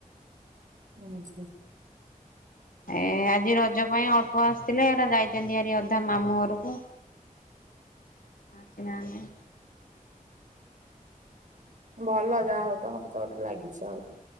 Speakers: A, on the right; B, on the left.
A: ହ <unintelligible>
B: ଏ ଆଜି ରଜ ପାଇଁ ଅଳ୍ପ ଆସିଥିଲେ ଏ ଯାଇଛନ୍ତି ଆାର ଅଧା ମାମୁଁ ଘରକୁ ଆସି ନାନ୍ତି।
A: ହୁଁ ଭଲ ଯାହା ହଉ ତ ମତେ ତ ଗୋଟେ ଲାଗିଛ ଆଉ